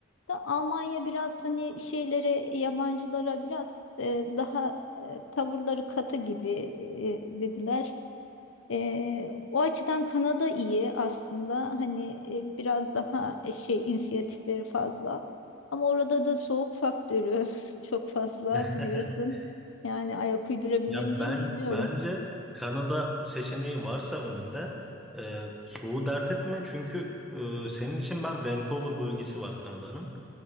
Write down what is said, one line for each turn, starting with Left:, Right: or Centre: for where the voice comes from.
Left: Da Almanya biraz hani şeylere yabancılara biraz e, daha e, tavırları katı gibi e, dediler. Ee, o açıdan Kanada iyi aslında hani e, biraz daha e, şey inisiyatifleri fazla ama orada da soğuk faktörü <laughs> çok fazla
Centre: <laughs>
Left: biliyorsun yani ayak uydurabilir
Centre: Ya
Left: miyim
Centre: ben
Left: bilmiyorum
Centre: bence Kanada seçeneği varsa önünde e, soğuğu dert etme çünkü e, senin için ben Vancouver bölgesi var Kanada'nın.